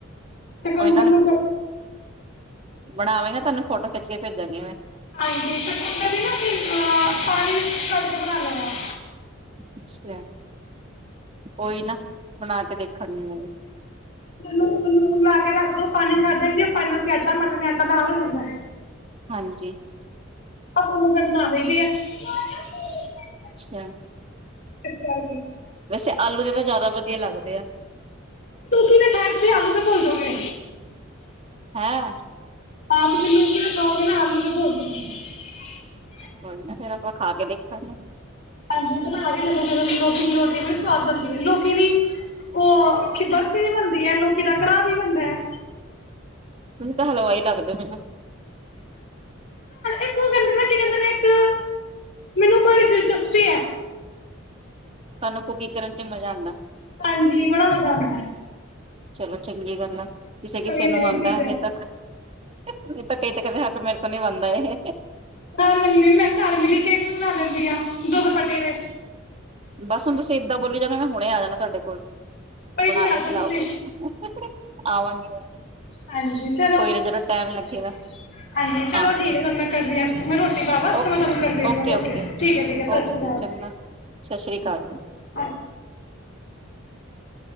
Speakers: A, on the left; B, on the right.
A: ਚਿਕੰਦਰ
B: ਕੋਈ
A: ਨੂੰ
B: ਬਣਾਵੇਂਗੇ ਤੁਹਾਨ ਫੋਟੋ ਖਿਚ ਕੇ ਭੇਜਾਂਗੀ ਮੈਂ
A: ਹਾਂਜੀ ਤੇ ਕੁੰਡਾ ਵੀ ਨਾ ਅਸੀਂ ਅਹ ਪਾਣੀ ਵਿੱਚ ਕੱਢ ਕੇ ਬਣਾਨੇ ਹਾਂ
B: <unintelligible> ਕੋਈ ਨਾ ਬਣਾ ਕੇ ਦੇਖਾਂਗੀ ਮੈਂ
A: ਨੂੰ ਲੂਨ ਲਾ ਕੇ ਰੱਖ ਦੋ ਪਾਣੀ ਛੱਡ ਦੇਂਦੀ ਉਹ ਪਾਣੀ ਨਾਲਸੀ ਆਟਾ ਮਨ ਲਣੇ ਆਟਾ ਨਾਲ ਹੋ ਜਾਂਦਾ
B: ਹਾਂਜੀ
A: <unintelligible>
B: ਅੱਛਾ
A: <unintelligible>
B: ਵੈਸੇ ਆਲੂ ਦੇ ਤਾਂ ਜ਼ਿਆਦਾ ਵਧੀਆ ਲੱਗਦੇ ਆ
A: ਲੋਕੀ ਦੇ ਖ਼ਾ ਕੇ ਤੁਸੀਂ ਆਲੂ ਦੇ ਭੁੱਲ ਜਾਓਗੇ
B: ਹੈਂ
A: ਹਾਂ ਤੁਸੀਂ ਲੋਕੀ ਦੇ ਖਾਓਗੇ ਨਾ ਆਲੂ ਦੇ <unintelligible>
B: ਕੋਈ ਨਾ ਫੇਰ ਆਪਾਂ ਖਾ ਕੇ ਦੇਖਾਂਗੇ
A: ਹਾਂਜੀ ਬਣਾ ਕੇ ਦੇਖੋ ਜ ਲੋਕੀ ਦੀ ਰੋਟੀ ਬੜੀ ਸਵਾਦ ਹੁੰਦੀ ਹੈ ਲੋਕੀ ਦੀ ਉਹ ਕਿ ਬਰ ਵੀ ਬਣਦੀ ਹੈ ਲੋਕੀ ਦਾ ਕੜਾਹ ਵੀ ਬਣਦਾ ਹੈ
B: ਤੁਸੀਂ ਤਾਂ <unintelligible>
A: ਇੱਕ ਉਹ ਕਹਿੰਦੇ ਨਾ ਕੀ ਕਹਿੰਦੇ ਨੇ ਇੱਕ ਮੈਨੂੰ ਬੜੀ ਦਿਲਚਸਪੀ ਹੈ
B: ਸਾਨੂੰ ਕੁਕਿੰਗ ਕਰਨ ਚ ਮਜ਼ਾ ਆਂਦਾ
A: ਹਾਂਜੀ ਬੜਾ ਮਜ਼ਾ ਆਉਂਦਾ
B: ਚਲੋ ਚੰਗੀ ਗੱਲ ਆ ਕਿਸੇ ਕਿਸੇ
A: ਨਵੀਆਂ
B: ਨੂੰ
A: ਨਵੀਆਂ
B: ਆਉਂਦਾ
A: ਚੀਜ਼ਾਂ
B: ਨਹੀਂ ਤਾਂ <unintelligible> ਨਹੀਂ ਤੇ ਕਈਆਂ ਦੇ ਹੱਡ ਪੈਰ <unintelligible> ਮੇਰੇ ਤੋਂ ਨਹੀਂ ਬੰਦਾ ਇਹ
A: ਤੁਸੀਂ ਨਹੀਂ ਮੰਨਣਾ ਮੈਂ ਕਰ ਮਿੰਨੀ ਕੇਕ ਬਣਾ ਲੈਦੀ ਹਾਂ ਦੁੱਧ ਫੱਟੇ ਦੇ
B: ਬਸ ਹੁਣ ਤੁਸੀਂ ਇਦਾਂ ਬੋਲੀ ਜਾ ਮੈਂ ਹੁਣੇ ਆ ਜਾਣਾ ਤੁਹਾਡੇ ਕੋਲ
A: ਪਹਿਲਾਂ
B: ਬਣਾ
A: ਹੀ ਆ
B: ਕੇ ਖਿਲਾਓ
A: ਜੋ ਤੁਸੀਂ
B: ਫਿਰ ਮੈਨੂੰ ਆਵਾਂਗੀ ਮੈਂ
A: ਹਾਂਜੀ ਚਲੋ
B: ਕੋਈ
A: ਹਾਂਜੀ
B: ਨਾ ਜਦੋਂ ਟਾਈਮ ਲੱਗੇਗਾ
A: ਚਲੋ
B: ਆਊਂਗੀ
A: ਠੀਕ ਹ ਤੁਹਾਨੂੰ ਮੈਂ ਕਰਦੀ ਆਂ ਮੈਂ ਰੋਟੀ <unintelligible> ਰੋਟੀ ਬਣਾ ਲਾ
B: ਓਕੇ
A: ਫੇਰ ਫੇਰ ਮੈਂ ਕਰਦੀ ਆਂ
B: ਓਕੇ ਓਕੇ
A: ਠੀਕ ਹ ਠੀਕ ਹ ਸਤਿ
B: ਓਕੇ
A: ਸ਼੍ਰੀ
B: ਚੰਗਾ ਸਤਿ ਸ੍ਰੀ ਅਕਾਲ।
A: ਅਕਾਲ